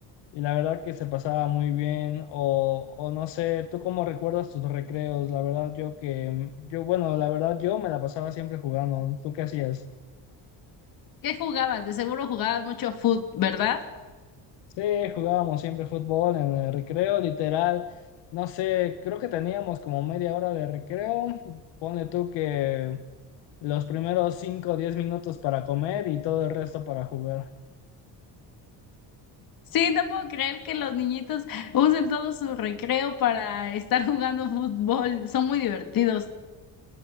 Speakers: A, on the left (about 80°); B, on the left (about 50°).
A: y la verdad que se pasaba muy bien o, o no sé, ¿tú cómo recuerdas tus recreos? La verdad yo que, yo bueno, la verdad yo me la pasaba siempre jugando. ¿Tú qué hacías?
B: ¿Qué jugabas? De seguro jugabas mucho fútbol ¿verdad?
A: Sí, jugábamos siempre fútbol en el recreo, literal. No sé, creo que teníamos como media hora de recreo. Ponle tú que los primeros 5 o 10 minutos para comer y todo el resto para jugar.
B: Sí, no puedo creer que los niñitos usen todo su recreo para estar jugando fútbol. Son muy divertidos.